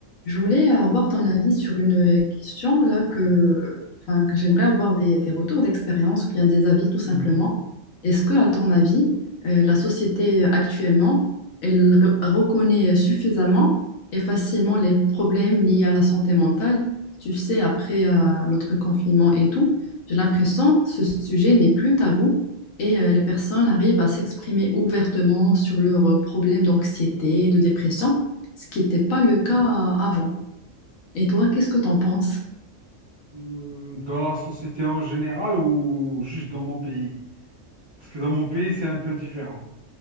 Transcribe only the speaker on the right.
Mhm.
Mhm.
Hmm, Dans la société en général ou juste dans mon pays? Parce que dans mon pays, c'est un peu différent.